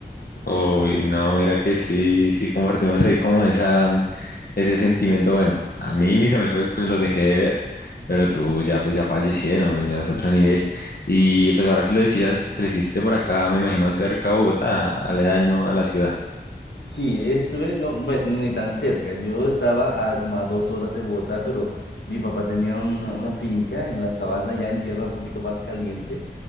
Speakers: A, on the left; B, on the left.
A: Uy, no, mira que sí, sí compartimos ahí como esa, ese sentimiento. Bueno, a mí mis amigos pues los dejé de ver, pero tú ya pues ya fallecieron, pues, ya es otro nivel. Y pues ahora que lo decías, creciste por acá, me imagino cerca a Bogotá, aledaño a la ciudad.
B: Sí, estuve, no, pues ni tan cerca. Yo estaba a como a dos horas de Bogotá, pero mi papá tenía una, una finca en la sabana, ya en tierra un poquito más caliente